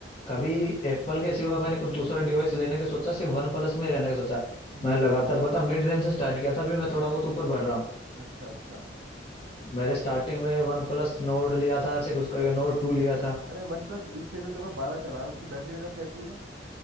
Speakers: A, on the left; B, on the right.
A: कभी एप्पल के सिवा मैंने कुछ दूसरा डिवाइस लेने का सोचा सिर्फ वन प्लस में ही रहने का सोचा
B: हम्म
A: मैं लगातार पता मिड रेंज से स्टार्ट किया था अभी मैं थोड़ा बहुत ऊपर बढ़ रहा हूँ
B: अच्छा अच्छा
A: मैंने स्टार्टिंग में वन प्लस नोड लिया था ऐसे कुछ करके नोड टू लिया था
B: अरे वन प्लस इसके जो तेरे पास बारह चला रहा है उसकी बैटरी बैकअप कैसी है